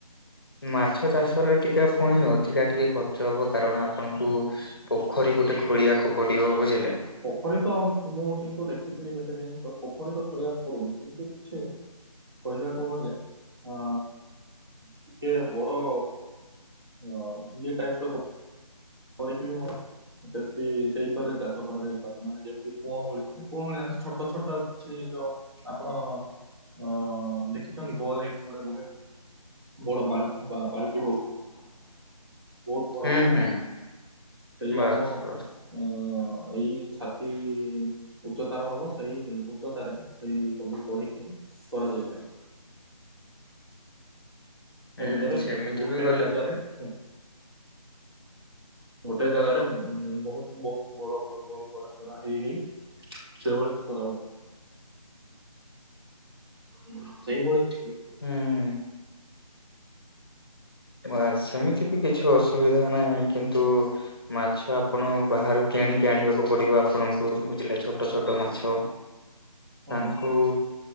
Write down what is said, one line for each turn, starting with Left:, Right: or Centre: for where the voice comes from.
Left: ମାଛ ଚାଷରେ ଟିକେ ପୁଣି ଅଧିକା ଟିକେ ଖର୍ଚ୍ଚ ହବ। କାରଣ ଆପଣଙ୍କୁ ପୋଖରୀ ଗୋଟେ ଖୋଳିବାକୁ ପଡିବ ବୁଝିଲେ।
Right: ପୋଖରୀ ତ ମୁଁ କିନ୍ତୁ ଦେଖିଥିଲି କେତେ ଜିନିଷ ପୋଖରୀ ତ ଖଳିବାକୁ ପଡୁନି। କିନ୍ତୁ କିଛି କହିବାକୁ ଗଲେ ଅ ଟିକେ ବଡ ଅଧିକ ଟାଇପର କରିକି ବି ମୋର ସେଠି ସେଇଥରେ ଚାଷ କରାଯାଇପାରେ, ମାନେ ଯେମିତି କୂଅ ଭଳି ମାନେ କୁଅ ଭଳିଆ ଛୋଟ ଛୋଟ କିଛି ଯୋଉ ଆପଣ ଅ-ଦେଖିଛନ୍ତି ଗୋଲ ହେଇକି ଗୋଟେ ରୁହେ? ବଡ଼ ବାଲ୍ଟି ଆ-ବାଲ୍ଟି ଭଳି ବହୁତ ବଡ
Left: ହୁଁ
Right: ବଡ
Left: ହୁଁ
Right: ଥାଏ। ସେଇ
Left: ବାସ୍
Right: ଆମ
Left: ବାସ୍।
Right: ଅ-ଏଇ ଛାତି ଉଚ୍ଚତାର ହବ ସେଇ ଉଚ୍ଚତାରେ ସେଇ ସବୁ କରିକି କରାଯାଇଥାଏ।
Left: ହୁଁ
Right: ସେ ଭିତରେ
Left: ସେମିତି
Right: ଏକ ଗୋଟେ
Left: ବି ଗଲେ
Right: ଜାଗାରେ ହୁ ଗୋଟେ ଜାଗାରେ ଉଁ-ବହୁତ ବହୁତ ବଡ ବଡ ବ କରା ହେଇ ହେଇ ସେଇଭଳି କରାହୁଏ। ହଁ ସେଇ ଭଳି କିଛି
Left: ହୁଁ। ନା ସେମିତି ବି କିଛି ଅସୁବିଧା ନାହିଁ, କିନ୍ତୁ ମାଛ ଆପଣ ବାହାରୁ କିଣିକି ଆଣିବାକୁ ପଡିବ ଆପଣଙ୍କୁ, ବୁଝିଲେ? ଛୋଟ
Right: ହଁ
Left: ଛୋଟ ମାଛ,
Right: ହଁ
Left: ତାଙ୍କୁ